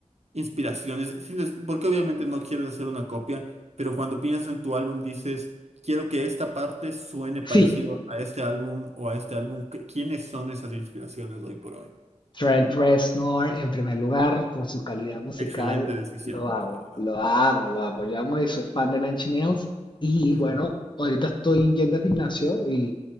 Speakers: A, on the right; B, on the left.
A: inspiraciones? Sin des- Porque obviamente no quieres hacer una copia, pero cuando piensas en tu álbum dices, quiero que esta parte suene parecido
B: sí,
A: a este álbum o a este álbum. ¿Qué- ¿Quiénes son esas inspiraciones hoy por hoy?
B: Trent Reznor, en primer lugar, por su calidad musical,
A: Excelente decisión,
B: lo amo,
A: de verdad.
B: lo amo, lo amo. Yo amo y soy fan de Nine Inch Nails. Y
A: Ujú,
B: bueno, ahorita estoy yendo al gimnasio y